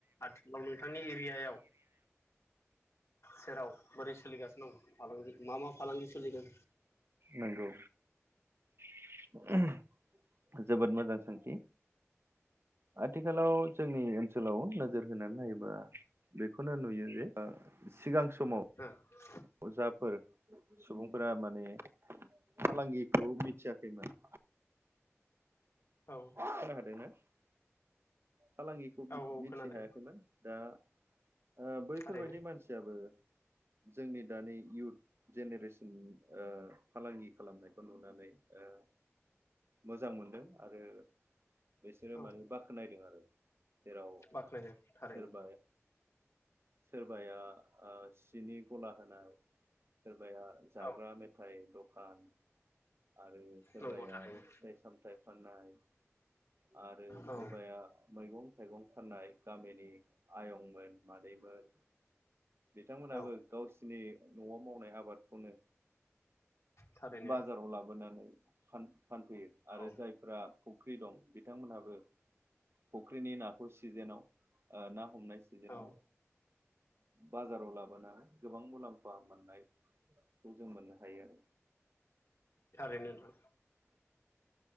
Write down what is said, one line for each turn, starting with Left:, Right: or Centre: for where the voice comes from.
Left: आथिखालाव नोंथांनि एरियायाव सेराव बोरै सोलिगासिनो दं फालांगि मा मा फालांगि सोलिदों
Right: नंगौ। <inaudible> जोबोद मोजां सोंथि आथिखालाव जोंनि ओनसोलाव नोजोर होनानै नायोबा बेखौनो नुयो जे ओ सिगां समाव
Left: <inaudible>
Right: जाफोर सुबुंफोरा माने फालांगिखौ मिथियाखैमोन <unintelligible>
Left: औ
Right: फालांगिखौ मिथि
Left: औ औ खोनादों
Right: हायाखैमोन दा ओ बैफोरबायदि
Left: थारैनो
Right: मानसियाबो जोंनि दानि इयउथ जेनेरेसन ओ फालांगि खालामनायखौ नुनानै ओ मोजां मोनदों आरो बिसोरो
Left: औ
Right: माने बाख्नायदों आरो जेराव
Left: बाख्नायदों थारैनो
Right: सोरबाया सोरबाया आ सिनि गला होनाय बाया जाग्रा
Left: औ
Right: मेथाइ द <unintelligible> आरो सोरबाया
Left: नंगौ थारैनो
Right: फिथाइ सामथाइ फाननाय आरो
Left: औ
Right: सोरबाया मैगं थाइगं फाननाय गामिनि आयंमोन मादैमोन बिथांमोनाबो
Left: औ
Right: गावसिनि न'आव मावनाय आबाद। खौनो
Left: थारैनो
Right: बाजाराव लाबोनानै सान। फानफैयो आरो
Left: औ
Right: जायफ्रा फुख्रि दं बिथांमोनहाबो फुख्रिनि नाखौ सिजेनाव ओ ना हमनाय सिजेनाव
Left: औ
Right: बाजाराव लाबोना गोबां मुलाम्फा मोननायखौ जों मोननो हायो आरो।
Left: थारैनों थां